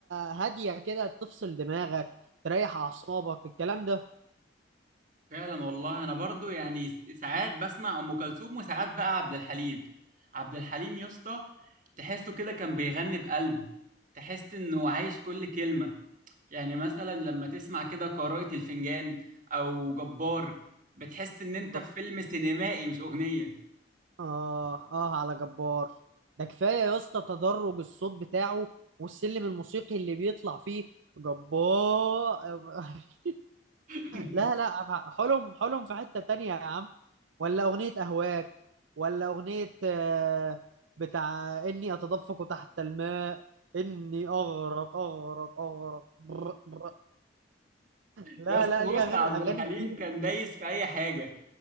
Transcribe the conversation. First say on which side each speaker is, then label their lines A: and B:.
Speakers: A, on the right (about 75°); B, on the right (about 45°).
A: هادية كده تفصل دماغك تريح اعصابك الكلام
B: فعلا والله انا برضو يعني ساعات بسمع ام كلثوم وساعات بقى عبد الحليم عبد الحليم يا اسطى تحسه كده كان بيغني بقلبه تحس انه عايش كل كلمة يعني مثلا لما تسمع كده قراءة الفنجان او جبار بتحس ان انت
A: ده
B: في فيلم سينمائي مش اغنية
A: آه آه على جبار ده كفاية يا اسطى تدرج الصوت بتاعه والسلم الموسيقي اللي بيطلع فيه جبار <laughs>
B: <laughs>
A: لا لا حلم حلم في حتة تانية يا عم ولا أغنية أهواك ولا أغنية آه، بتاع إني أتدفق تحت الماء إني أغرق أغرق أغرق بر بر لا
B: يا اسطى
A: لا
B: بص
A: ليه أغاني
B: عبد
A: أغاني
B: الحليم
A: كتير
B: كان دايس في اي حاجة